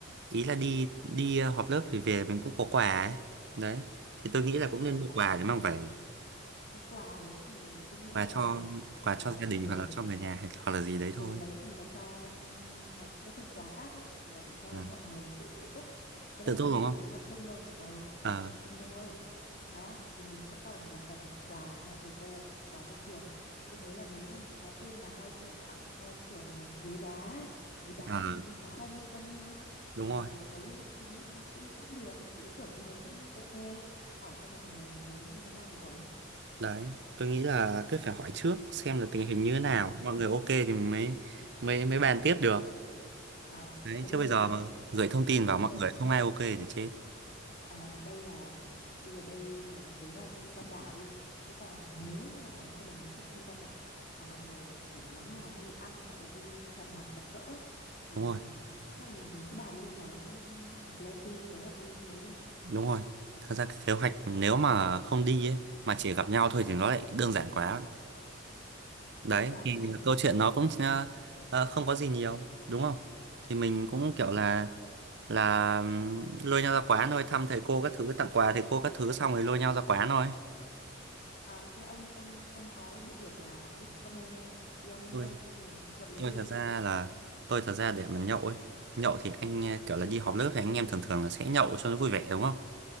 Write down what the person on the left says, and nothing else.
À,
cái quà đấy thì tôi nghĩ
là
ờ,
tiền
tiền đấy thì là cho ừm, cái cái phần quà cáp ấy thì là để cho
mọi người tự tự túc cái
này mình
chỉ
lên kế hoạch chung thôi ờ
lên kế hoạch chung thôi đó thì mình sẽ còn là phần quà cho thầy cô hoặc quà cho trường tôi thấy là mấy anh chị khóa trên là hay kiểu tặng cho trường một cái ghế đá ấy. ghế đá
xong rồi ghi khóa bao nhiêu bao nhiêu ấy
thì
ờ, đấy tôi nghĩ cũng cũng cũng được một cái ý tưởng như thế cũng ok hỏi xem mọi người thấy như thế nào thì ổn
ừ.
Ờ,
thế
bây
giờ
nhá
đây
đây
Ờ, đây là bây giờ đây là cái kế hoạch đi Tam Đảo đi. Thế còn nếu
như mà mọi người không đồng ý đi, đi Tam Đảo mà mọi người lại chỉ muốn là đi ăn gọi là đi gặp mặt gặp gỡ thì
ờ, thì chắc là mình mình cứ bàn luôn cái plan B kế hoạch đi như thế đi.
Đơn giản
đấy à.
Ờ, thế ông ông ông có địa điểm nào recommend ấy, đi ăn đi
chơi nhiều thì gợi ý
đi.
ấy.